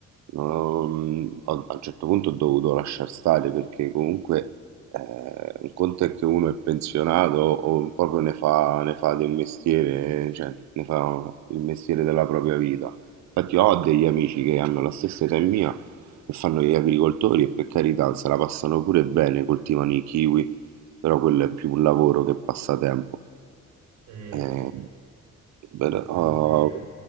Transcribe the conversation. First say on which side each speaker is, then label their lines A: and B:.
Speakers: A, on the right; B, on the right.
A: non- ho- a un certo punto ho dovuto lasciar stare perché comunque eh, un conto è che uno è pensionato o proprio ne fa, ne fa di un mestiere, cioè ne fa il mestiere della propria vita. Infatti ho degli amici che hanno la stessa età mia che fanno gli agricoltori e per carità se la passano pure bene, coltivano i kiwi, però quello è più un lavoro che passatempo.
B: E
A: Eh, però,
B: diciamo che